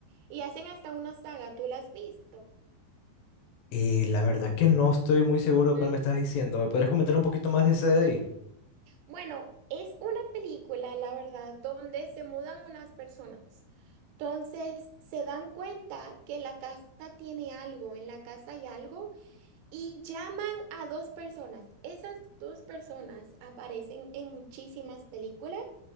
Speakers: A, on the right (about 80°); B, on the left (about 75°).
A: y hacen hasta una saga. ¿Tú la has visto?
B: Y la verdad que no estoy muy seguro
A: Ujú,
B: de cuál me estás diciendo. ¿Me podrías
A: ujú.
B: comentar un poquito más de ese de ahí?
A: Bueno, es una película, la verdad, donde se mudan unas personas. Entonces se dan cuenta que la casa tiene algo, en la casa hay algo, y llaman a dos personas. Esas dos personas aparecen en muchísimas películas